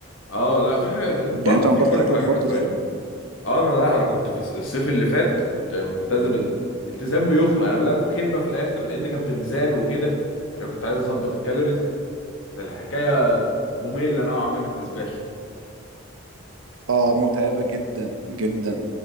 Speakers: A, on the left; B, on the right.
A: اه لا في حاجة بره
B: يعني انت
A: في
B: نضفت
A: كل
B: اكلك
A: حاجة
B: برضو
A: حرفيا
B: زيه
A: اه انا لا انا كنت في الص- الصيف اللي فات كنت ملتزم ال... التزام يخلق انا بدأت اتخني بقى في الاخر لان كان بميزان وكده عشان كنت عايز اظبط الكالوريز كانت الحكاية مملة نوعا ما بالنسبة لي
B: اه متعبة جدا جدا